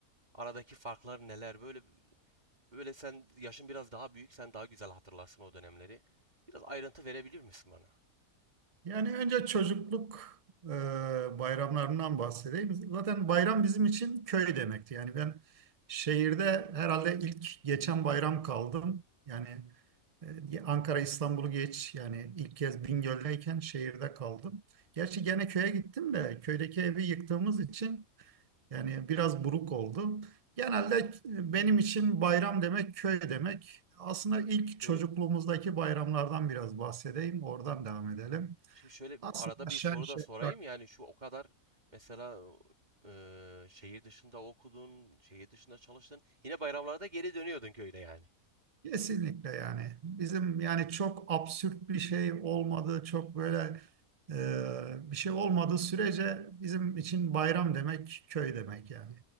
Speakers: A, on the right (about 30°); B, on the right (about 60°).
A: Aradaki farklar neler? Böyle böyle sen yaşın biraz daha büyük, sen daha güzel hatırlarsın o dönemleri. Biraz ayrıntı verebilir misin bana?
B: Yani önce çocukluk e, bayramlarından bahsedeyim. Zaten bayram bizim için köy demekti. Yani ben şehirde herhalde ilk geçen bayram kaldım. Yani e, Ankara, İstanbul'u geç. Yani ilk kez Bingöl'deyken şehirde kaldım. Gerçi gene köye gittim de köydeki evi yıktığımız için yani biraz buruk oldu. Genelde e, benim için bayram demek köy demek. Aslında ilk
A: Şöyle,
B: çocukluğumuzdaki bayramlardan biraz bahsedeyim. Oradan devam edelim.
A: Şimdi şöyle bir-
B: Aslında
A: arada
B: aşağı
A: bir soru
B: yukarı
A: da sorayım
B: bak
A: yani şu o kadar mesela e, şehir dışında okudun, şehir dışında çalıştın. Yine bayramlarda geri dönüyordun köyüne yani.
B: kesinlikle yani bizim yani çok absürt bir şey olmadığı çok böyle e, bir şey olmadığı sürece bizim için bayram demek köy demek yani.